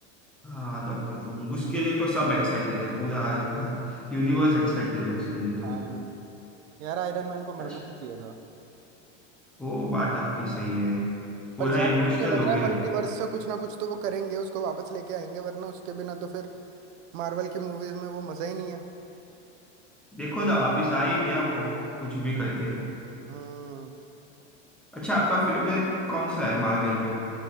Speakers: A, in the centre; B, on the right.
A: हाँ डॉक्टर डूम उसके लिए तो सब एक्साइटेड है पूरा <laughs> यूनिवर्स एक्साइटेड है उसके लिए तो,
B: हाँ
A: तो
B: यार आयरन मैन को
A: अच्छा
B: मरना नहीं चाहिए था
A: वो बात आपकी सही है पूरा
B: पर जहां तक
A: इमोशनल
B: मुझे लग
A: हो
B: रहा
A: गया
B: है मल्टीवर्स से कुछ ना कुछ तो वो करेंगे उसको वापस लेके आएंगे वरना उसके बिना तो फिर मार्वल की मूवीज में वो मजा ही नहीं है
A: देखो ना वापिस आ ही गया वो कुछ भी करके
B: हम्म
A: अच्छा आपका फेवरेट कौन सा है मार्वल में